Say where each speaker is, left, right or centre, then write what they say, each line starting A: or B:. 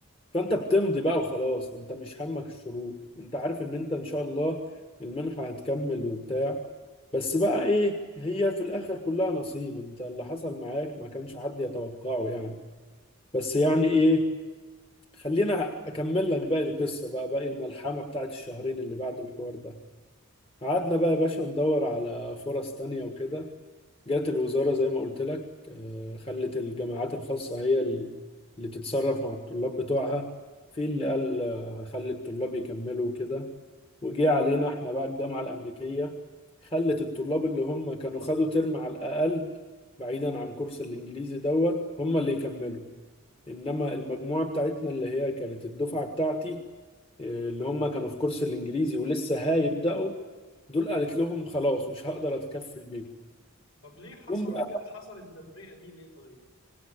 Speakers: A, on the left; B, on the left.
A: فانت بتمضي بقى وخلاص انت مش همك الشروط انت عارف ان انت ان شاء الله المنحة هتكمل وبتاع بس بقى ايه هي في الاخر كلها نصيب انت اللي حصل معاك ما كانش حد يتوقعه يعني بس يعني ايه خلينا اكمل لك باقي القصة بقى باقي الملحمة بتاعت الشهرين اللي بعد الحوار ده قعدنا بقى يا باشا ندور على فرص تانية وكده جات الوزارة زي ما قلت لك آه، خلت الجامعات الخاصة هي ال- اللي تتصرف مع الطلاب بتوعها في اللي قال آه، هخلي الطلاب يكملوا كده وجي علينا احنا بقى الجامعة الأمريكية خلت الطلاب اللي هم كانوا خدوا ترم على الأقل بعيدا عن كورس الإنجليزي دوت هم اللي يكملوا إنما المجموعة بتاعتنا اللي هي كانت الدفعة بتاعتي اللي هم كانوا في كورس الانجليزي ولسه هيبداوا دول قالت لهم خلاص مش هقدر اتكفل بيكم
B: طب ليه حصلوا
A: جم بقى
B: كده حصل التفرقه دي ليه طيب